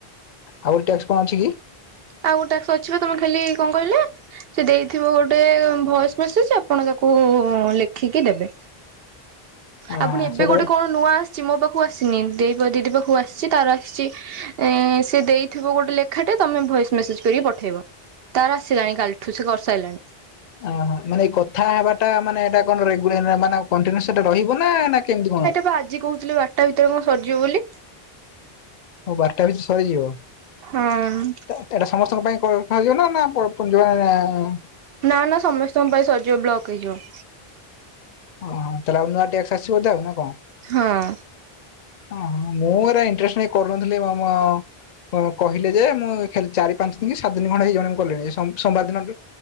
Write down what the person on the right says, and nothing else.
ଆଉ ଗୋଟେ ଟାକ୍ସ ଅଛି ବା ତମେ ଖାଲି କଁ କହିଲେ ସିଏ ଦେଇଥିବ ଗୋଟେ ଭଏସ୍ ମେସେଜ ଆପଣ ତାକୁ ଲେଖିକି ଦେବେ।
ଆଉ ଫୁଣି ଏବେ
ଗୋଟେ କଣ ନୂଆ ଆସଚି ମୋ ପାଖୁକୁ ଆସିନି ଦେଇ ପା ଦିଦି ପାଖୁକୁ ଆସଚି ତାର ଆସଚି ଏଁ ସିଏ ଦେଇଥିବ ଗୋଟେ ଲେଖାଟେ ତମେ ଭଏସ୍ ମେସେଜ କରିକି ପଠେଇବ ତାର ଆସିଲାଣି କାଲିଠୁ ସିଏ କରସାଇଲାଣି।
ତ ଆଜି କହୁଥିଲେ ବାର୍ ଟା ଭିତେରେ କଁ ସରିଯିବ ବୋଲି।
ହଁ।
ନା ନା ସମସ୍ତଙ୍କ ପାଇଁ ସରଯିବ ବ୍ଲକ୍ ହେଇଯିବ।
ହଁ।